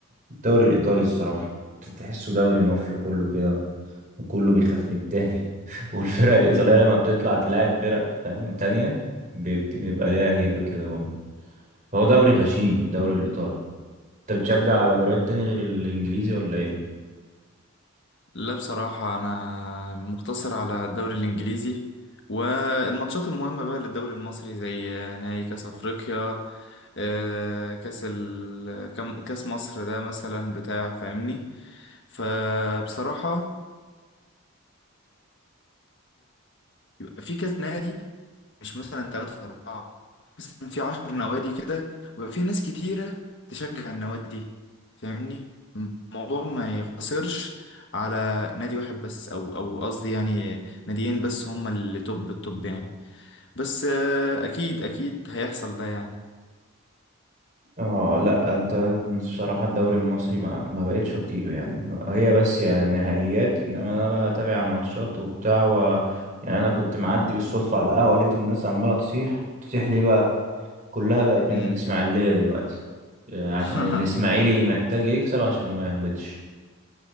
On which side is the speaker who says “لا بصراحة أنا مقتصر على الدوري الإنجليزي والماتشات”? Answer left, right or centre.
Left